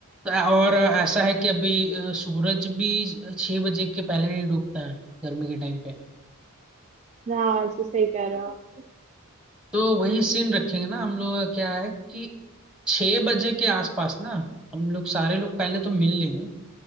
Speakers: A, in the centre; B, on the right.
A: और ऐसा है कि अभी अ, सूरज भी छह बजे के पहले नहीं डूबता है गर्मी के टाइम पे
B: हाँ जी सही कह रहे हो
A: तो वही सीन रखेंगे ना हम लोग का क्या है कि छह बजे के आसपास ना हम लोग सारे लोग पहले तो मिल लेंगे